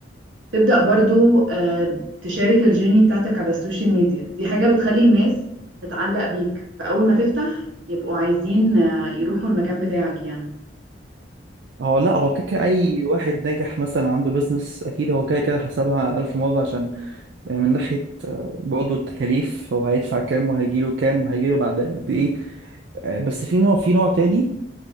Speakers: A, on the right; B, on the right.
A: تبدا برضو آه، تشارك الجيرني بتاعتك على السوشيال ميديا دي حاجه بتخلي الناس تتعلق بيك فاول ما تفتح يبقوا عايزين آه، يروحوا المكان بتاعك يعني
B: هو لا هو كده كده اي واحد ناجح مثلا عنده بيزنس اكيد هو كده كده حسبها الف مره عشان آه، من ناحيه برضه التكاليف هو هيدفع كام وهيجيله كام وهيجيله بعد قد ايه آه، بس في نوع في نوع تاني